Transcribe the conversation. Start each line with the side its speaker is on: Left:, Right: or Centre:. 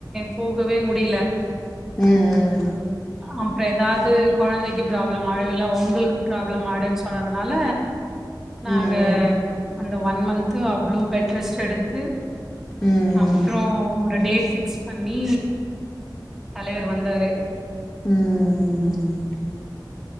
Centre: போகவே முடில
Left: ம் ம்
Centre: ஆமா எதாவ்து கொழந்தைக் கு ப்ராப்ளம் ஆயிடு இல்ல உங்குளுக்கு ப்ராப்ளம் ஆயிடும்ன்னு சொன்னதுனால நாங்க
Left: ம் ம்
Centre: அந்த ஒன் மந்த்து அவ்ளோ பெட்ரெஸ்ட் எடுத்து
Left: ம்
Centre: அப்றோ
Left: ம்
Centre: ஒரு டேட் பிக்ஸ் பண்ணி தலைவர் வந்தாரு
Left: ம் ம் ம்